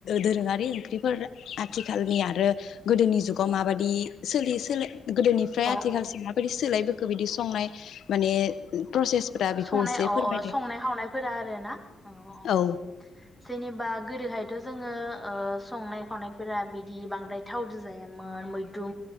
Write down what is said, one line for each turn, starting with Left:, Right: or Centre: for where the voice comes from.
Left: दोरोङारि ओंख्रिफोर आथिखालनि आरो गोदोनि जुगाव माबाददि सोलियो सोलो गोदोनिफ्राय
Centre: अ
Left: आथिखालसिम
Centre: अ
Left: माबायदि सोलायबो खो बिदि संनाय माने प्रसेसफोरा बेखौ
Centre: संनाय
Left: एसे
Centre: अ
Left: फोरमायदो
Centre: अ संनाय खावनायफोरा आरो ना? अ अ
Left: औ
Centre: जेनेबा गोदोहायथ' जोङो ओ संनाय खावनायफोरा बिदि बांद्राय थावजों जायामोन मैद्रु